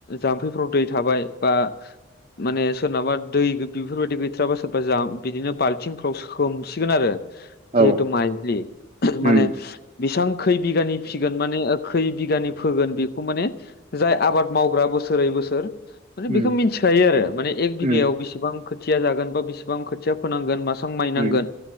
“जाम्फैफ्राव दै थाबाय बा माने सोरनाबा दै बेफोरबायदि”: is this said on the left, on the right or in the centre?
Left